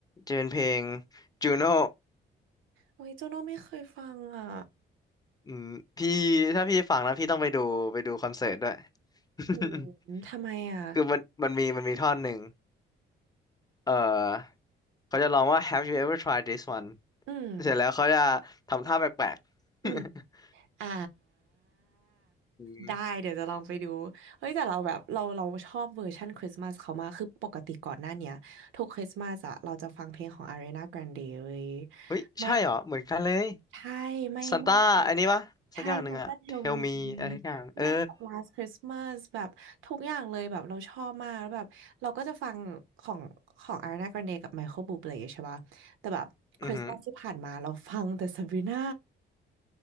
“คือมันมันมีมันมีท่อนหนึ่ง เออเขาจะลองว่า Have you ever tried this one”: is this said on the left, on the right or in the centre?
Left